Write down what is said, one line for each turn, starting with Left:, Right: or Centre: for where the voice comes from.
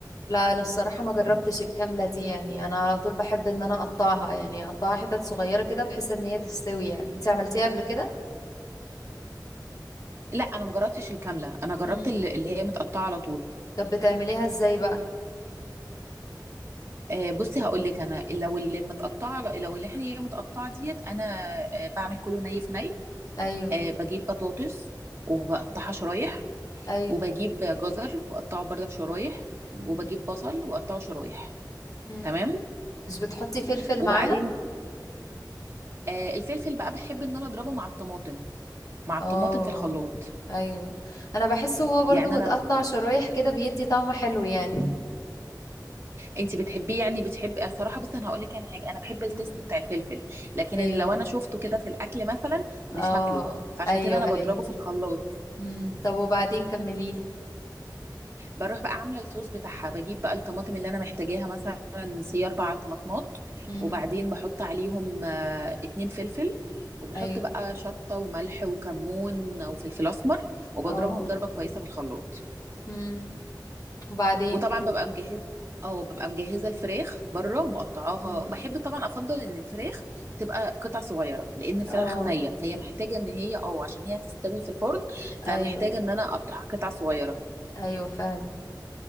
Left: لا انا الصراحة ما جربتش الكاملة دي يعني انا على طول بحب ان انا اقطعها يعني اقطعها حتت صغيرة كده بحيث ان هي تستوي يعني انتي عملتيها قبل كده
Right: لا انا مجربتش الكامله انا جربت
Left: مم.
Right: اللي اللي هي متقطعه على طول
Left: طب بتعمليها ازاي بقى
Right: آه، بصي هقول لك انا لو اللي متقطعه لو اللي هي متقطعه ديت انا آه، بعمل كله ني في ني
Left: ايوه
Right: آه، بجيب بطاطس وبقطعها شرايح
Left: ايوه
Right: وبجيب جزر واقطعه برضك شرايح
Left: مم.
Right: وبجيب بصل واقطعه شرايح
Left: مم.
Right: تمام
Left: مش بتحطي فلفل
Right: وبعدين
Left: معاها
Right: آه، الفلفل بقى بحب ان انا اضربه مع الطماطم مع الطماطم
Left: اه
Right: في الخلاط
Left: ايوه انا بحسه هو برضو
Right: يعني
Left: متقطع
Right: انا
Left: شرايح كده بيدي طعم حلو يعني
Right: انت بتحبيه يعني بتحبي أنا صراحه بصي انا هقول لك انا حاجه انا بحب التيست
Left: مم.
Right: بتاع الفلفل لكن
Left: ايوه
Right: إن لو انا شفته كده في الاكل مثلا مش
Left: اه
Right: هاكله فعشان
Left: ايوه
Right: كده انا
Left: ايوه
Right: مم. بضربه في الخلاط
Left: مم. طب وبعدين كمليلي
Right: بروح بقى عامله الصوص بتاعها بجيب بقى الطماطم اللي انا محتاجاها مثلا سي اربع طماطمات
Left: مم.
Right: وبعدين بحط عليهم آه، اتنين فلفل وبحط
Left: ايوه
Right: بقى شطه وملح وكمون وفلفل اسمر وبضربهم
Left: اه
Right: ضربه كويسه في الخلاط
Left: مم. وبعدين
Right: وطبعا ببقى مجهزه اه ببقى مجهزه الفراخ بره ومقطعاها
Left: مم.
Right: وبحب طبعا افضل ان الفراخ تبقى قطع صغيره لان الفراخ
Left: اه
Right: نيه فهي محتاجه ان هي اه عشان هي تستوي في الفرن فمحتاجه
Left: ايوه
Right: ان انا اقطعها قطع صغيره
Left: ايوه فعلا